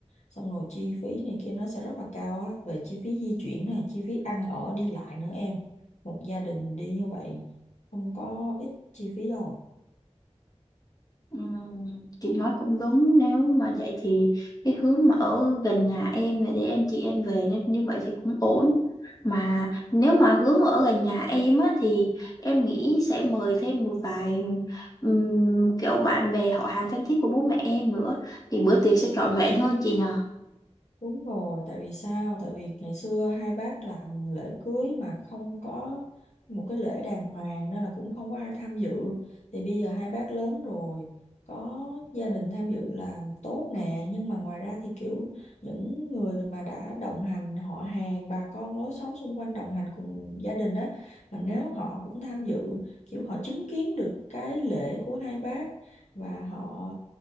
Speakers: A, on the left (about 80°); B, on the left (about 30°).
A: xong rồi chi phí này kia nó sẽ rất là cao á về chi phí di chuyển này chi phí ăn ở đi lại nữa em một gia đình đi như vậy không có ít chi phí đâu
B: Ừm, chị nói cũng đúng nếu mà vậy thì cái hướng mà ở gần nhà em là để anh chị em về nên như vậy thì cũng ổn mà nếu mà hướng ở gần nhà em á thì em nghĩ sẽ mời thêm một vài ừm, kiểu bạn bè họ hàng thân thiết của bố mẹ em nữa thì bữa tiệc sẽ trọn vẹn hơn chị nhờ
A: Đúng rồi, tại vì sao? Tại vì ngày xưa hai bác làm lễ cưới mà không có một cái lễ đàng hoàng nên là cũng không có ai tham dự. Thì bây giờ hai bác lớn rồi, có gia đình tham dự là tốt nè, nhưng mà ngoài ra thì kiểu những người mà đã đồng hành họ hàng, bà con lối xóm xung quanh đồng hành cùng gia đình đó, mà nếu họ cũng tham dự, kiểu họ chứng kiến được cái lễ của hai bác và họ